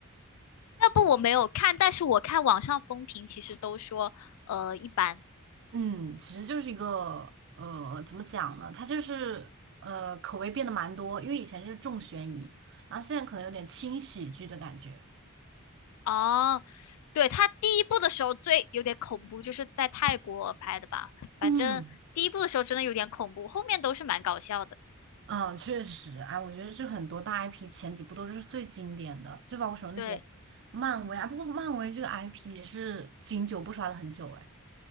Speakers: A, on the left (about 80°); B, on the right (about 55°).
A: 那部我没有看，但是我看网上风评其实都说呃一般。
B: <laughs> 嗯，其实就是一个呃，怎么讲呢？它就是呃，口味变得蛮多，因为以前是重悬疑，然后现在可能有点轻喜剧的感觉。
A: 哦，对，他第一部的时候最有点恐怖，就是在泰国拍的吧？反正第一部的时候真的有点恐怖，
B: 嗯，
A: 后面都是蛮搞笑的。
B: 嗯，确实，哎，我觉得这很多大 IP 前几部都是最经典的，就包括说那些
A: 对。
B: 漫威啊，不过漫威这个 IP 也是经久不衰了很久，哎，